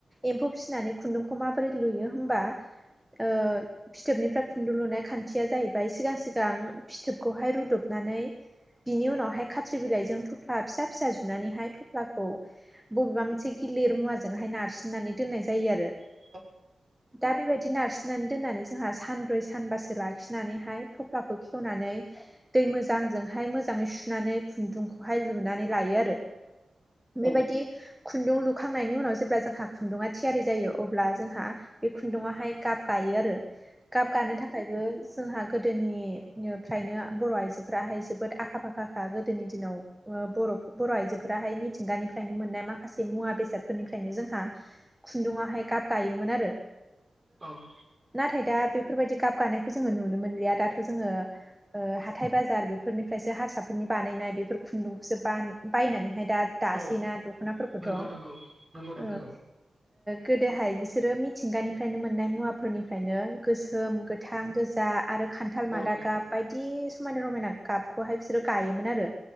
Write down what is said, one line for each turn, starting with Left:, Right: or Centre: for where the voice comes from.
Centre: एम्फौ फिसिनानै खुन्दुंखौ माबोरै लुयो होमबा ओ फिथोबनिफ्राय खुन्दु लुनाय खान्थिया जाहैबाय सिगां सिगां फिथोबखौहाय रुदबनानै बिनि उनावहाय खाथ्रि बिलाइजों थफ्ला फिसा फिसा जुनानैहाय थफ्लाखौ बबेबा मोनसे गिलिर मुवाजोंहाय नारसिननानै दोनाय जायो आरो
Right: औ
Centre: दा बेबायदि नारसिननानै दोननानै जोंहा सानब्रै सानबासो लाखिनानैहाय थफ्लाखौ खेवनानै दै मोजांजोंहाय मोजाङै सुनानै खुन्दुंखौहाय लुनानै लायो आरो। बेबायदि खुन्दुं लु खांनायनि उनाव जेब्ला जोंहा खुन्दुङा थियारि जायो अब्ला जोंहा बे खुन्दुङावहाय गाब गायो आरो गाब गानो थाखायबो जोंहा गोदोनिफ्रायनो बर' आइजोफ्राहाय जोबोद आखा फाखाखा गोदोनि दिनाव ओ बर' आइजोफोराहाय मिथिंगानिफ्रायनो मोननाय माखासे मुवा बेसाद फोरनिफ्रायनो जोंहा खुन्दुङावहाय गाब गायोमोन आरो
Right: औ
Centre: नाथाय दा बेफोरबायदि गाब गानायखौ जोङो नुनो मोनलिया दाथ' जोङो ओ हाथाय बाजार बेफोरनिफ्रायसो हारसाफोरनि बानायनाय बेफोर खुन्दुंखौसो बायनानैहाय दा दासैना
Right: औ
Centre: दख'नाफोरखौथ'
Right: नंगौ
Centre: उम
Right: नंगौ नंगौ नोंथां
Centre: गोदोहाय बिसोरो मिथिंगानिफ्रायनो मोननाय मुवाफोरनिफ्रायनो गोसोम गोथां गोजा आरो खान्थाल मादा
Right: औ
Centre: गाब बायदि समायना रमायना गाबखौहाय बिसोरो गायोमोन आरो।